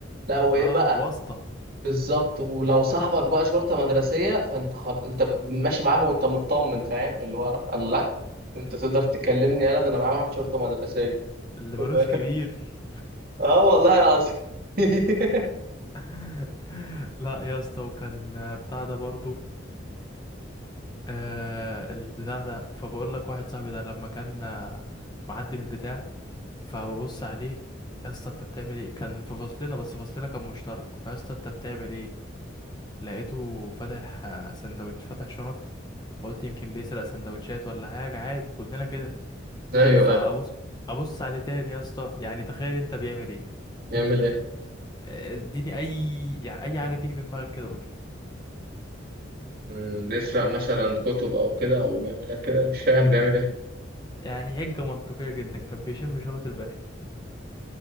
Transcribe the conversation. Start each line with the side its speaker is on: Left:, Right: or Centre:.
Right: لا وايه
Left: اه
Right: بقى
Left: واسطة
Right: بالظبط ولو صاحبك بقى شرطة مدرسية فانت خل... انت ب- ماشي معاهم وانت مطمن فاهم اللي هو الله انت تقدر تكلمني يلا ده انا معايا واحد شرطة مدرسية
Left: اللي
Right: <laughs>
Left: مالوش كبير
Right: اه والله العظيم <laughs>
Left: <laughs> لا يا اسطى وكان آه، بتاع ده برضو آه البتاع ده فبقول لك واحد صاحبي ده لما كان آه، معدي من البتاع فببص عليه يا اسطى انت بتعمل ايه كان في فصلنا بس فصلنا كان مشترك فيا اسطى انت بتعمل ايه لقيته فاتح آه، سندوتش فاتح شنط فقلت يمكن بيسرق سندوتشات ولا حاجة عادي كلنا كده
Right: ايوه
Left: فابص
Right: ايوه
Left: ابص عليه تاني يا اسطى يعني تخيل انت بيعمل ايه
Right: يعمل ايه؟
Left: اديني اي يعني اي حاجه تيجي في دماغك كده قول لي
Right: مم، يسرق مثلا كتب او كده او بيعمل إيه كده مش فاهم بيعمل ايه
Left: يعني حجه منطقيه جدا كان بيشم شنط البنات